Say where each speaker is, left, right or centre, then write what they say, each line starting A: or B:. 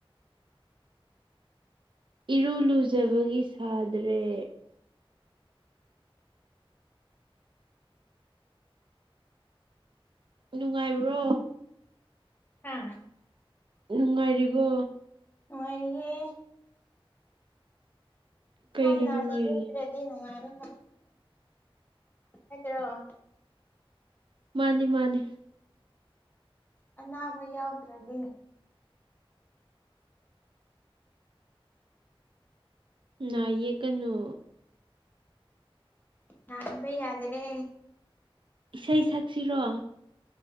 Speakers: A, on the right; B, on the left.
A: ꯏꯔꯨ ꯂꯨꯖꯕꯒꯤ ꯁꯥꯗ꯭ꯔꯦ ꯅꯨꯡꯉꯥꯏꯕ꯭ꯔꯣ
B: ꯍꯥꯥ
A: ꯅꯨꯡꯉꯥꯏꯔꯤꯕꯣ
B: ꯉꯅꯨꯡꯉꯥꯏꯔꯤꯌꯦꯦ
A: ꯀꯩꯒꯤ
B: ꯆꯅꯗ
A: ꯅꯨꯡꯉꯥꯏꯔꯤ
B: ꯏꯠꯇ꯭ꯔꯦꯗꯤ ꯅ ꯃꯥꯔ ꯍꯥꯏꯠꯇ꯭ꯔꯣ
A: ꯃꯥꯅꯤ ꯃꯥꯅꯤ
B: ꯑꯅꯥꯕ ꯌꯥꯎꯗ꯭ꯔꯗꯤ
A: ꯅꯥ ꯌꯦꯛꯀꯅꯨ
B: ꯅꯥꯍꯟꯕ ꯌꯥꯗꯔꯦ
A: ꯏꯁꯩ ꯁꯛꯁꯤꯔꯣ